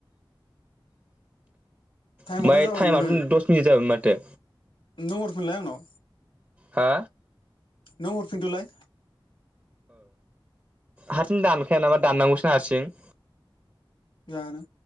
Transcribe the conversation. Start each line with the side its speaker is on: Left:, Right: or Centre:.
Left: टाइमाथ'
Right: ओमफ्राय
Left: जाबायमोनलै
Right: टाइमआथ' दस मिनिट जाबायमोन माथो।
Left: नों हरफिनलाय आंनाव।
Right: हा
Left: नों हरफिनदोलाय।
Right: हारसिं दानखाया नामा दाननांगौसोना हारसिं?
Left: जानो